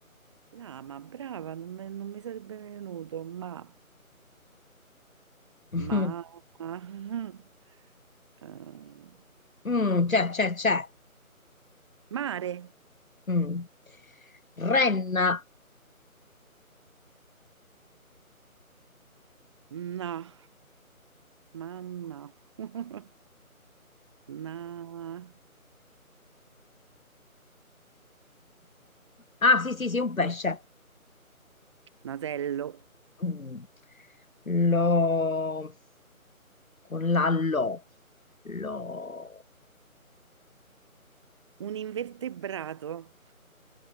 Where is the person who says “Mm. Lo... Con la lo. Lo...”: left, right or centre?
Left